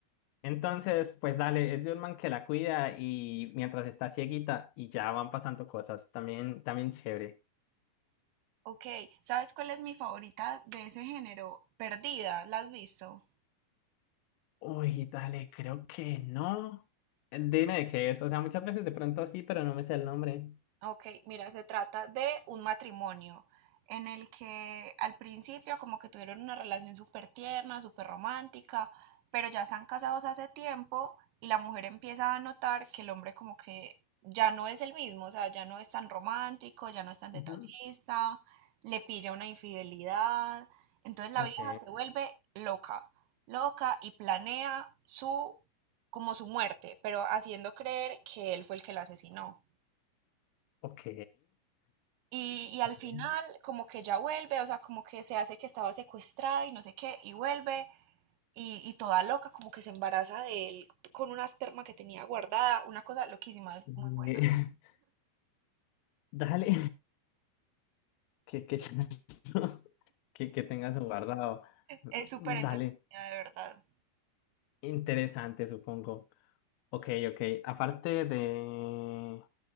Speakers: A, on the left; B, on the right.
A: Entonces, pues dale, es de un man que la cuida y mientras está cieguita y ya van pasando cosas. También, también chévere.
B: Ok, ¿sabes cuál es mi favorita de ese género? Perdida, ¿la has visto?
A: Uy, dale, creo que no. Eh, Dime de qué es. O sea, muchas veces de pronto sí, pero no me sé el nombre.
B: Ok, mira, se trata de un matrimonio en el que al principio como que tuvieron una relación súper tierna, súper romántica, pero ya están casados hace tiempo y la mujer empieza a notar que el hombre como que ya no es el mismo, o sea, ya no es tan romántico, ya no es tan detallista,
A: Ujú.
B: le pilla una infidelidad, entonces la
A: Ok,
B: vieja se vuelve loca, loca y planea su como su muerte, pero haciendo creer que él fue el que la asesinó.
A: ok.
B: Y, y al
A: Eh,
B: final, como que ya vuelve, o sea, como que se hace que estaba secuestrada y no sé qué, y vuelve, y, y toda loca, como que se embaraza de él con una esperma que tenía guardada, una cosa loquísima, es
A: <laughs>
B: muy buena.
A: dale, <laughs> que, que, ya no- <laughs> que, que tengas un guardado.
B: Es súper
A: Dale,
B: entretenida, de verdad.
A: interesante, supongo. Ok, ok. Aparte de,